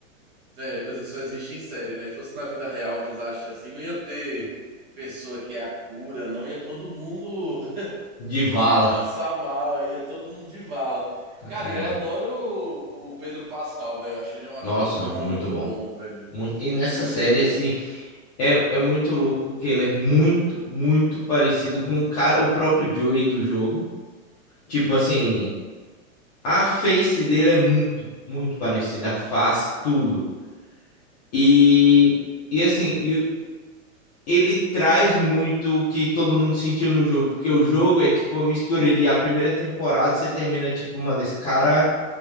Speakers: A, on the right; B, on the left.
A: Velho, é coisa que só existe em série, né? Fosse na vida real um desastre assim, não ia ter pessoa que é a cura, não ia todo mundo <laughs>
B: De Vala.
A: passar mal, ia todo mundo de vala. Cara,
B: É,
A: eu adoro o, o Pedro Pascal, velho. Eu acho ele um ator
B: nossa,
A: muito
B: muito bom.
A: bom, velho.
B: Muito- e nessa
A: Muito
B: série,
A: bom.
B: assim, é, é muito louco porque ele é muito, muito parecido com o cara, o próprio Joey do jogo. Tipo assim, a face dele é muito, muito parecida, a face, tudo. E, e assim, e ele traz muito o que todo mundo sentiu no jogo, porque o jogo é tipo uma mistura de a primeira temporada você termina tipo, mano, esse cara,